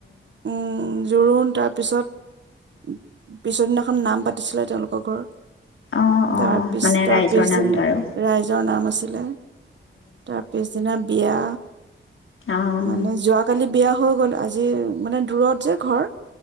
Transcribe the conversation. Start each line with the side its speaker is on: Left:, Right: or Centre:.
Right: উম জোৰোণ তাৰ পিছত পিছৰদিনাখন নাম পাতিছিলে তেওঁলোকৰ ঘৰত
Left: অঁ অঁ
Right: তাৰ পিছ
Left: মানে
Right: তাৰ
Left: ৰাইজৰ
Right: পিছদিনা
Left: নামটো আৰু
Right: ৰাইজৰ নাম আছিলে, তাৰ পিছদিনা বিয়া
Left: অঁ
Right: মানে যোৱাকালি বিয়া হৈ গ'ল আজি মানে দূৰত যে ঘৰ